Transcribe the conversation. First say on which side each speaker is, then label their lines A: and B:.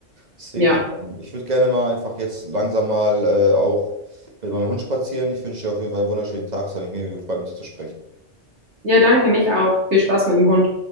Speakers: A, on the right; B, on the right.
A: Deswegen,
B: Ja.
A: ähm, ich würde gerne mal einfach jetzt langsam mal äh, auch mit meinem Hund spazieren. Ich wünsche dir auf jeden Fall einen wunderschönen Tag. Es hat mich mega gefreut, mit dir zu sprechen.
B: Ja, danke, mich auch. Viel Spaß mit dem Hund.